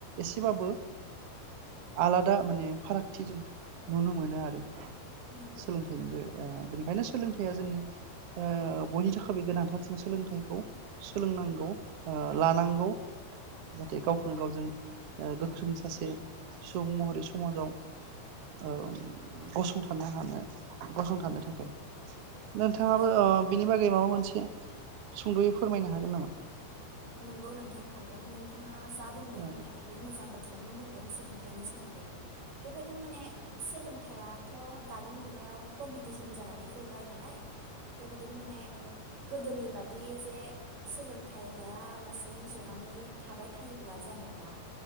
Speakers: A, on the right; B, on the right.
A: एसेबाबो आलादा माने फारागथि जों नुनो मोनो आरो सोलोंथाइनि
B: नंगौ
A: बे बेनिखायनो सोलोंथाइया जोंनि ओ बयनि थाखाय गोनांथारजों सोलोंथाइखौ सोलोंनांगौ ओ लानांगौ जाहाथे गावखौनो गावजों ओ गोख्रों सासे सुबुं महरै समाजाव ओ गसंथानो हानो गसंथानो थाखाय नोंथाङाबो
B: नंगौ
A: बिनि बागै माबा मोन से सुंद'यै फोरमायनो हागोन नामा
B: नंगौ नोंथां हागोन नोंथाङा जा बुंदों
A: औ
B: थारैनो मोजां बाथ्रा खोथाखौनो बुंदों सोलोंथाइनि सोमोन्दै बेबायदिनो माने सोलोंथाइयाथ' दानि मुगायाव कम्पिटिसन जानानै फैबाय नालाय बेबादिनो माने गोदोनि बादि जे सोलोंथाइ लाया लासेनो जनानै थाबाय थायोब्ला जानाय नङा